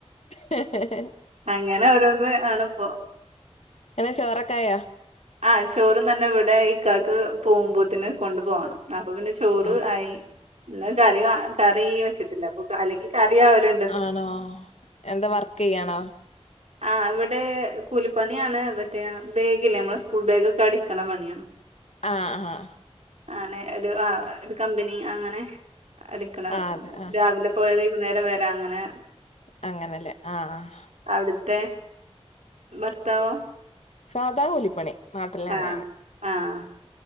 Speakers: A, on the left; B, on the right.
A: ഹേ ഹേ
B: അങ്ങനെ ഓരോന്ന് ആണ്പ്പം
A: ഇങ്ങളെ ചോറക്കായോ?
B: ആഹ് ചോറുന്നന്നെ ഇവടെ ഇക്കാക്ക് പോവുമ്പോത്തിന് കൊണ്ടു പോണം. അപ്പൊ പിന്നെ ചോറ്
A: അതെ
B: ആയി ഇന്ന് കറി വാ കറി വെച്ചിട്ടില്ലപ്പൊ അല്ലെങ്കിൽ കറി ആവല്
A: ആണോ എന്താ വർക്ക്യ്യാണോ?
B: ആഹ് ഇവടെ കൂലിപ്പണ്യാണ് മറ്റേ ബേഗില്ലേ നമ്മളെ സ് സ്കൂൾ ബേഗോക്കെ അടിക്ക്‌ണ പണ്യാണ്.
A: ആഹ് ആഹ്
B: ആണ് ഒരു ആഹ് ഒരു കമ്പനി അങ്ങനെ അടിക്ക്‌ണ
A: ആഹ് അതെ ആഹ്
B: രാവിലെ പോയ വൈകുന്നേരം വരാ അങ്ങനെ
A: അങ്ങനെലേ ആഹ് ആഹ്
B: അവിട്ത്തെ ഭർത്താവോ?
A: സാധാ കൂലിപ്പണി നാട്ടിലെന്നെയാണ്.
B: ആഹ് ആഹ്